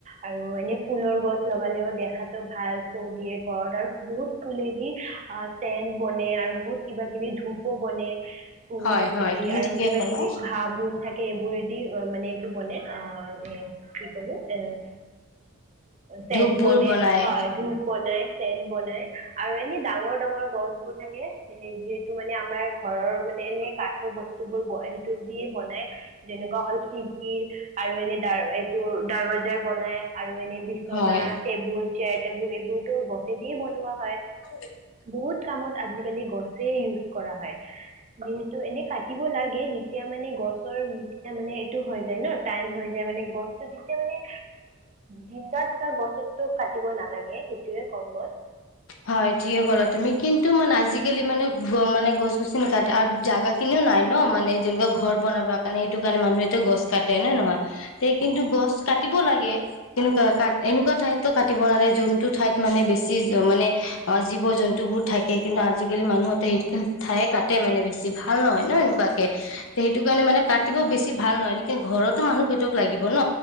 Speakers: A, on the right; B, on the left.
A: আৰু এনে ফুলৰ গছ লগালেও দেখাতো ভাল শ্ব' দিয়ে ঘৰত আৰু বহুত ফুলেদি অহ চেণ্ট বনে আৰু বহুত কিবা-কিবি ধূপো বনে ফুল
B: হয়
A: গছেদি
B: হয় তুমি
A: আৰু
B: ঠিকে
A: কিবা-কিবি
B: ক'লা
A: ঘাঁ বন থাকে এইবোৰে দি মানে এইটো বনে অ' এ' কি কলো এ' চেণ্ট
B: ধূপবোৰ
A: বনে
B: বনাই
A: হয় ধূপ বনাই চেণ্ট বনাই আৰু এনেই ডাঙৰ-ডাঙৰ গছবোৰ থাকিলে যিহেতু মানে আমাৰ ঘৰৰ মানে এনেই কাঠৰ বস্তুবোৰ ব- সেইটো দিয়ে বনায় যেনেকুৱা হ'ল খিৰকী, আৰু এনে দাৰ এইটো দাৰৱাজাৰত বনাই, আৰু এনে বিচনা,
B: হয়
A: টেবুল, চেয়াৰ, টেবুল এইবোৰতো গছে দিয়ে বনোৱা হয়।
B: <unintelligible>
A: বহুত কামত আজিকালি গছে ইউজ কৰা হয়। যিহেতু এনে কাটিব লাগে, যেতিয়া মানে গছৰ যেতিয়া মানে এইটো হৈ যায় ন টাইম হৈ যায় মানে গছতো যেতিয়া মানে জিন্দাৰ থকা গছতো কাটিব নালাগে, সেইটোয়ে কম মই।
B: হয় ঠিকে ক'লা তুমি। কিন্তু মানে আজিকালি মানে-মানে গছ গছি কাটা আৰু জাগা খিনিও নাই ন মানে জংগল। ঘৰ বনাব কাৰণে এইটো কাৰণে মানুহেতটো গছ কাটে নহয় কিন্তু গছ কাটিব লাগে কেনেকুৱা এনেকুৱা ঠাইতটো কাটিব নালাগে যোনটো ঠাইত মানে বেছি মানে অ' জীৱ-জন্তু বোৰ থাকে, কিন্তু আজিকালি মানুহতে সেইে ঠায়ে কাটে মানে বেছি ভাল নহয় ন এনেকুৱাকে, সেইটো কাৰণে মানে কাটিব বেছি ভাল নহয় লেকিন ঘৰতো মানুহ সিহ'তক লাগিব ন।